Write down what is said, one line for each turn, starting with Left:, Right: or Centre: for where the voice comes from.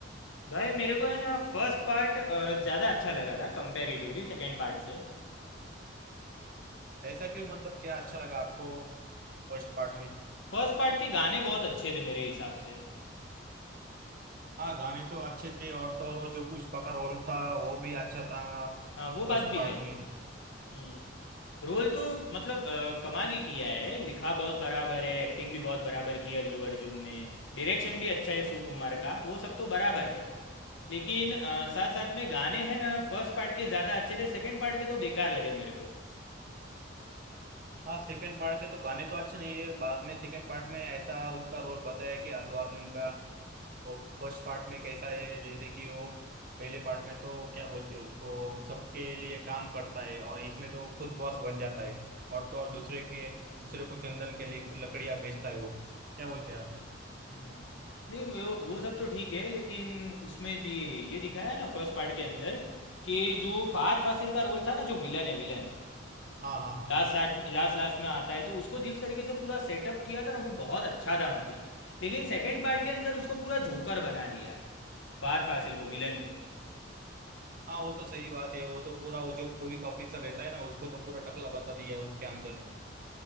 Left: भाई मेरे को है ना फर्स्ट पार्ट ज़्यादा अच्छा लगा था कंपैरेटिवली सेकंड पार्ट से
Right: ऐसा क्यों मतलब क्या अच्छा लगा आपको फर्स्ट पार्ट में
Left: फर्स्ट पार्ट के गाने बहुत अच्छे थे मेरे हिसाब से
Right: हाँ गाने तो अच्छे थे और तो और वो जो पुष्पा का रोल था वो भी अच्छा था
Left: हाँ वो बात
Right: फर्स्ट
Left: भी
Right: पार्ट
Left: है
Right: में
Left: हम्म रोल तो मतलब अ, कमाल ही किया है लिखा बहुत बराबर है एक्टिंग भी बहुत बराबर की है अल्लू अर्जुन ने डायरेक्शन भी अच्छा है सुकुमार का वो सब तो बराबर है लेकिन अ, साथ साथ में गाने हैं ना फर्स्ट पार्ट के ज़्यादा अच्छे थे सेकंड पार्ट के तो बेकार लगे मेरे को
Right: हाँ सेकंड पार्ट के तो गाने तो अच्छे नहीं है बाद में सेकंड पार्ट में ऐसा उसका रोल बताया कि अल्लू अर्जुन का वो फर्स्ट पार्ट में कैसा है जैसे कि वो पहले पार्ट में तो क्या बोलते हैं उसको सबके लिए काम करता है और इसमें तो वो खुद बॉस बन जाता है और तो और दूसरे के दूसरे को चंदन के लिए लकड़ियां बेचता है वो क्या बोलते हैं आप
Left: हुँ। नहीं वो वो सब तो ठीक है लेकिन उसमें ये ये दिखाया है ना फर्स्ट पार्ट के अंदर कि जो फहद फासिल का रोल था ना जो विलन है villain
Right: हाँ हाँ हाँ
Left: last last last last में आता है तो उसको जिस तरीके से पूरा सेटअप किया था ना वो बहुत अच्छा था मतलब लेकिन सेकंड पार्ट के अंदर उसको पूरा जोकर बना दिया फहद फासिल को विलन को
Right: हाँ वो तो सही बात है वो तो पूरा वो जो पुलिस ऑफिसर रहता है ना उसको तो पूरा टकला बता दिया है उसके अंदर